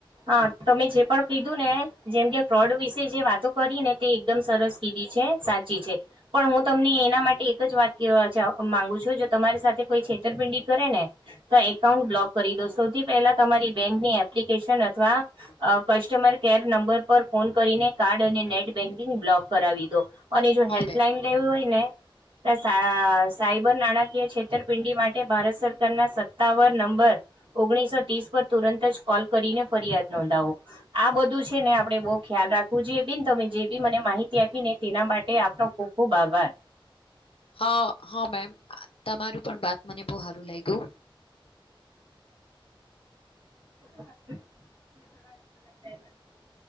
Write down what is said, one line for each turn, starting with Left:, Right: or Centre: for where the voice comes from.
Right: હા તમે જે પણ પીધું ને જેમ કે ફ્રોડ વિશે જે વાતો કરી ને તે એકદમ સરસ કીધી છે સાચી છે પણ હું તમને એના માટે એક જ વાત કેવા જા માંગુ છું જો તમારી સાથે કોઈ છેતરપિંડી કરે ને તો એકાઉન્ટ બ્લોક કરી દો સૌથી પહેલા તમારી બેંકની એપ્લિકેશન હત <unintelligible> આ કસ્ટમર કેર નંબર પર ફોન કરીને કાર્ડ અને નેટ બેન્કિંગ બ્લોક કરાવી દો. અને જો
Left: હા
Right: હેલ્પલાઈન
Left: બેન
Right: લેવી હોય ને. તો સા સાયબર નાણાકીય છેતરપિંડી માટે ભારત સરકાર ના સત્તાવન નંબર ઓગણીસો ત્રીસ પર તુરંત જ કોલ કરીને ફરિયાદ નોંધાવો આ બધું છે ને આપણે બો ખ્યાલ રાખવું જોઈએ બેન તમે જે બી મને માહિતી આપીને તેના માટે આપનો ખૂબ ખુબ આભાર.
Left: હા હા મેમ તમારું પણ વાત મને બહુ હારું લાગ્યું.
Right: <inaudible> <inaudible>